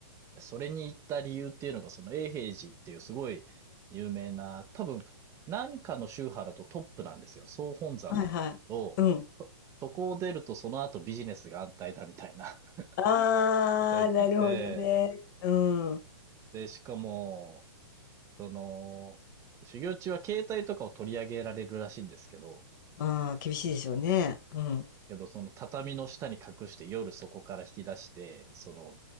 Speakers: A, on the right; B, on the left.
A: でそれに行った理由っていうのが、その永平寺っていうすごい有名な、多分何かの宗派だとトップなんですよ。総本山なんですけど、
B: はいはい。うん。
A: そ、そこを出るとその後ビジネスが安泰だみたいな
B: ああ、
A: <laughs> ことを言ってて、
B: なるほどね。うん。
A: で、しかも、その、修行中は携帯とかを取り上げられるらしいんですけど、
B: ああ、厳しいでしょうね。うん。
A: けどその畳の下に隠して夜そこから引き出して、その